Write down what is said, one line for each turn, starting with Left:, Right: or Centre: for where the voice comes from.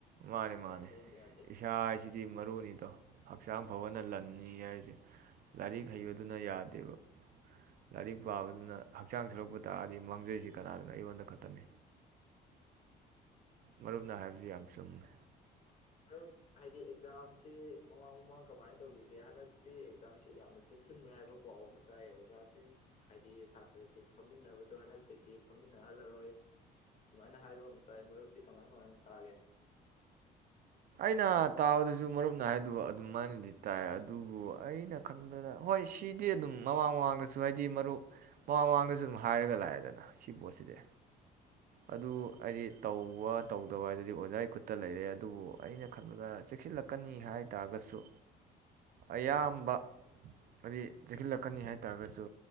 Left: ꯑꯗꯨꯅ
Right: ꯃꯥꯅꯦ
Left: ꯏꯁꯥ
Right: ꯃꯥꯅꯦ
Left: ꯁꯣꯛꯍꯟꯕ ꯌꯥꯗꯦ
Right: ꯏꯁꯥꯁꯤꯗꯤ ꯃꯔꯨꯅꯤꯗꯣ ꯍꯛꯆꯥꯡ ꯐꯕꯅ ꯂꯟꯅꯤ ꯍꯥꯏꯔꯤꯁꯦ ꯂꯥꯏꯔꯤꯛ ꯍꯩꯕꯗꯨꯅ ꯌꯥꯗꯦꯕ ꯂꯥꯏꯔꯤꯛ ꯄꯥꯕꯗꯨꯅ ꯍꯛꯆꯥꯡ ꯁꯨꯔꯛꯄ ꯇꯥꯔꯗꯤ ꯃꯥꯡꯖꯩꯁꯤ ꯀꯅꯥꯗꯅ ꯑꯩꯉꯣꯟꯗ ꯈꯛꯇꯅꯤ ꯃꯔꯨꯞ ꯑꯣꯏꯅ ꯍꯥꯏꯕꯁꯤ ꯌꯥꯝ ꯆꯨꯝꯃꯦ
Left: ꯃꯔ ꯍꯥꯏꯗꯤ ꯑꯦꯛꯖꯥꯝ ꯃꯃꯥ ꯃꯃꯥ ꯀꯃꯥꯏ ꯇꯧꯈꯤꯗꯦ ꯍꯟꯗꯛꯁꯤ ꯑꯦꯛꯖꯥꯝꯁꯤ ꯌꯥꯝꯅ ꯆꯦꯛꯁꯤꯟꯅꯦ ꯍꯥꯏꯕ ꯄꯥꯎ ꯑꯃ ꯇꯥꯏ ꯑꯣꯖꯥꯁꯤꯡ ꯍꯥꯏꯗꯤ ꯁꯥꯇ꯭ꯔꯁꯤ ꯐꯝꯃꯤꯟꯅꯕꯗꯣ ꯍꯟꯗꯛꯇꯗꯤ ꯐꯝꯃꯤꯟꯅꯍꯜꯂꯔꯣꯏ ꯑꯁꯨꯃꯥꯏꯅ ꯍꯥꯏꯕ ꯑꯃ ꯇꯥꯏ ꯃꯔꯨꯞꯇꯤ ꯀꯃꯥꯏ ꯀꯃꯥꯏꯅ ꯇꯥꯒꯦ
Right: ꯑꯩꯅ ꯇꯥꯕꯗꯁꯨ ꯃꯔꯨꯞꯅ ꯍꯥꯏꯗꯨꯕ ꯑꯗꯨꯝ ꯃꯥꯏꯅꯗꯤ ꯇꯥꯏ ꯑꯗꯨꯕꯨ ꯑꯩꯅ ꯈꯟꯕꯅ ꯍꯣꯏ ꯁꯤꯗꯤ ꯑꯗꯨꯝ ꯃꯃꯥꯡ ꯃꯃꯥꯡꯗꯁꯨ ꯍꯥꯏꯗꯤ ꯃꯔꯨꯞ ꯃꯃꯥꯡ ꯃꯃꯥꯡꯗꯁꯨ ꯑꯗꯨꯝ ꯍꯥꯏꯔꯒ ꯂꯥꯛꯑꯦꯗꯅ ꯁꯤ ꯄꯣꯠꯁꯤꯗꯤ ꯑꯗꯨ ꯍꯥꯏꯗꯤ ꯇꯧꯕ ꯇꯧꯗꯕ ꯍꯥꯏꯗꯨꯗꯤ ꯑꯣꯖꯥꯒꯤ ꯈꯨꯠꯇ ꯂꯩꯔꯦ ꯑꯗꯨꯕꯨ ꯑꯩꯅ ꯈꯟꯕꯗ ꯆꯦꯛꯁꯤꯜꯂꯛꯀꯅꯤ ꯍꯥꯏ ꯇꯥꯔꯒꯁꯨ ꯑꯌꯥꯝꯕ ꯍꯥꯏꯗꯤ ꯆꯦꯛꯁꯤꯜꯂꯛꯀꯅꯤ ꯍꯥꯏ ꯇꯥꯔꯒꯁꯨ